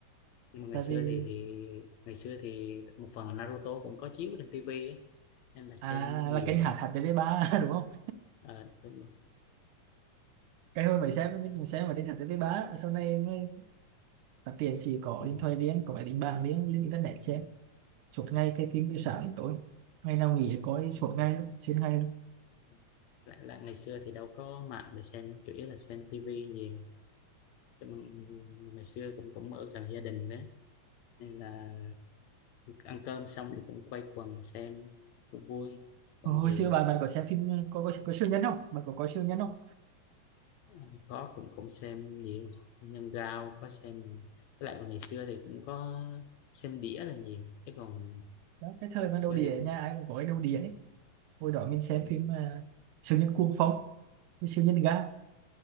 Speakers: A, on the left (about 70°); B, on the right (about 80°).
A: nhưng mà ngày
B: tại
A: xưa
B: vì
A: thì thì ngày xưa thì một phần là Naruto cũng có chiếu trên tivi á, nên là xem
B: à
A: nhiều
B: là kênh
A: hơn
B: hạt hạt TV3 <laughs> đúng không
A: à, đúng rồi
B: cái hồi mấy xem mình xem mà kênh hạt TV3 sau này mới phát triển chỉ có
A: ừ,
B: điện thoại riêng có máy tính bảng riêng lên internet
A: ừ,
B: xem suốt ngày cái phim
A: ừ,
B: từ sáng đến tối ngày nào nghỉ coi suốt
A: ừ.
B: ngày luôn xuyên ngày luôn
A: ừ. lại lại ngày xưa thì đâu có mạng để xem đâu, chủ yếu là xem tivi nhiều chứ mà ngày xưa cũng cũng ở gần gia đình đó nên là ăn cơm xong thì cũng quay quần xem cũng vui còn
B: hồi
A: giờ
B: xưa bạn bạn có xem phim có có, có siêu nhân không bạn có coi siêu nhân không
A: à, có cũng cũng xem nhiều Nhân Gao có xem nè. với lại ngày xưa thì cũng có xem đĩa là nhiều chứ còn
B: đó cái thời mà
A: ngày
B: đầu
A: xưa
B: đĩa
A: thì cũng
B: nhà ai cũng có cái đầu đĩa ấy hồi đó mình xem
A: ừ,
B: phim à, siêu nhân cuồng phong với siêu nhân ga